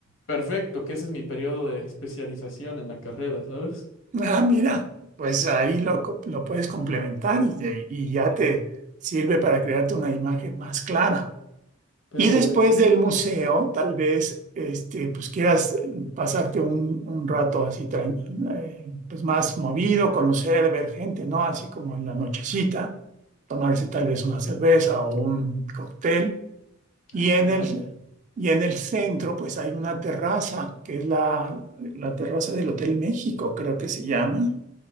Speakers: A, on the left; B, on the right.
A: Perfecto, que ese es mi periodo de especialización en la carrera, ¿sabes?
B: Ah, mira, pues ahí lo, co- lo puedes complementar y, y ya te sirve para crearte una imagen más clara.
A: Perfecto.
B: Y Sí. después del museo, tal vez este, pues quieras eh, pasarte un, un rato así tran- eh, pues más movido, conocer, ver gente, ¿no? Así como en la nochecita, tomarse tal vez una cerveza o un cóctel. Y
A: Ah, Estaría
B: en el,
A: buenísimo.
B: y en el centro, pues hay una terraza, que es la, la terraza del Hotel México, creo que se llama